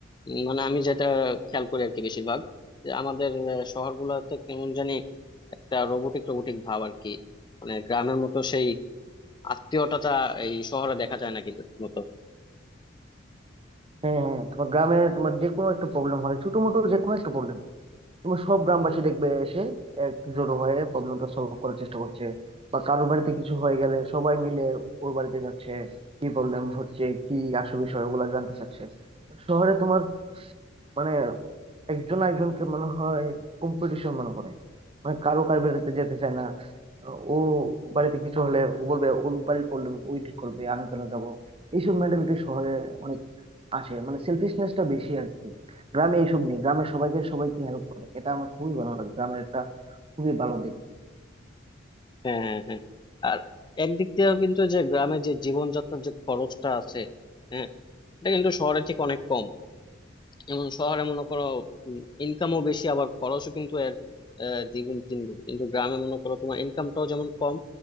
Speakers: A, on the left (about 25°); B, on the right (about 30°).
A: উম, মানে আমি যেটা খেয়াল করি আর কি বেশিরভাগ যে আমাদের শহর গুলাতে কেমন জানি একটা রোবোটিক রোবোটিক ভাব আর কি মানে গ্রামের মতো সেই আত্মীয়তাটা এই শহরে দেখা যায় না কিন্তু ঠিক মতো
B: হ্যাঁ হ্যাঁ তোমার গ্রামে তোমার যে কোনো একটা প্রবলেম হয় ছোট মোটো যে কোনো একটা প্রবলেম তোমার সব গ্রামবাসী দেখবে এসে একজোট হয়ে প্রবলেমটা সলভ করার চেষ্টা করছে বা কারোর বাড়িতে কিছু হয়ে গেলে সবাই মিলে ওর বাড়িতে যাচ্ছে কি প্রবলেম হচ্ছে কি আসল বিষয় ওগুলা জানতে চাচ্ছে শহরে তোমার মানে একজন একজনকে মনে হয় কম্পিটিশন মনে করে মানে কারো কার বাড়িতে যেতে চায় না ও বাড়িতে কিছু হলে ও বলবে ওর বাড়ির প্রবলেম ওই ঠিক করবে আমি কেন যাবো এইসব মেন্টালিটি শহরে অনেক আসে মানে সেলফিশনেসটা বেশি আর কি গ্রামে এইসব নেই গ্রামে সবাইকে সবাইকে হেল্প করে এটা আমার খুবই ভালো লাগে গ্রামের একটা খুবই ভালো দিক
A: হ্যাঁ হ্যাঁ হ্যাঁ আর একদিক দিয়েও কিন্তু যে গ্রামের যে জীবনযাত্রার যে খরচটা আছে হ্যাঁ এটা কিন্তু শহরে ঠিক অনেক কম যেমন শহরে মনে করো ইনকামও বেশি আবার খরচও কিন্তু এর আহ, দ্বিগুণ তিনগুণ কিন্তু গ্রামে মনে করো তোমার ইনকামটাও যেমন কম